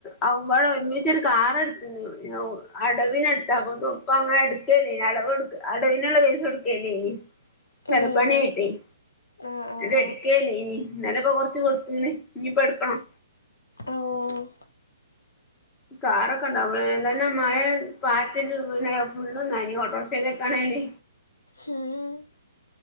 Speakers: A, on the left (about 20°); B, on the left (about 80°).
A: അഹും പാടെ ഒര്മിച്ചൊര് കാർ എട്ത്തിന്നു ഞാ ഓ അടവിന് എട്ത്താ കപ്പ അങ്ങനെ ഇട്ക്കെയ് ഇല്ലെയ്നി അടവ് ഇട്ക്കാ അടവ്ന് ഇള്ള പൈസ കൊട്ക്കെ ഇല്ലെയ്നി പെരപ്പണി
B: ഉം
A: ആയിട്ടെയ്
B: ആഹ് ആഹ്
A: അത് എട്ക്കെയ്നി
B: ആഹ്
A: ഇന്നലെ ഇപ്പം കൊർച്ച് കൊട്ത്തീനി ഇഞ്ഞ് ഇപ്പം എട്ക്കെണം
B: ആഹ് ഓഹ്
A: കാറൊക്കെ ഉണ്ടാവണം എല്ലങ്കി മഴ പാറ്റല് പിന്നെ ഫുള്ളും നനയും ഓട്ട്രക്ഷേലൊക്കെ ആണേല്
B: ഉം